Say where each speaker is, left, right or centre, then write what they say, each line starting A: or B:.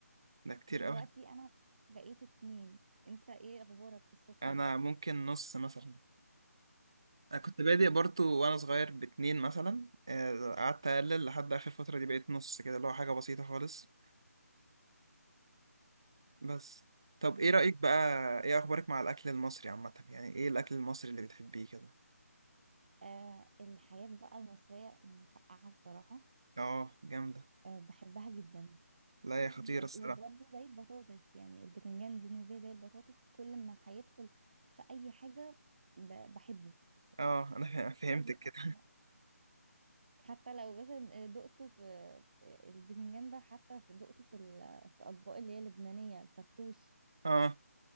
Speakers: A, on the right; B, on the right.
A: ده كتير
B: دلوقتي
A: قوي
B: أنا بقيت اتنين أنت إيه أخبارك في السكر؟
A: انا ممكن نص مثلا انا كنت بادئ برضو وانا صغير باتنين مثلا آه، قعدت اقلل لحد اخر فترة دي بقيت نص كده اللي هو حاجة بسيطة خالص بس طب
B: آه.
A: ايه رأيك بقى ايه اخبارك مع الاكل المصري عامة يعني ايه الاكل المصري اللي بتحبيه كده
B: آه الحاجات بقى المصرية المسقعة بصراحة
A: اه جامدة
B: آه بحبها جدا
A: لا يا خطيرة
B: و-
A: الصراحة
B: وبرضه زي البطاطس يعني البتنجان بالنسبة لي زي البطاطس كل ما هيدخل في أي حاجة ب- بحبه
A: اه انا فه-
B: في
A: فهمتك
B: أي
A: كده
B: أكل حتى لو بس دقته في في البتنجان ده حتى في دقته في ال- في أطباق اللي هي اللبنانية الفتوش
A: <laughs> اه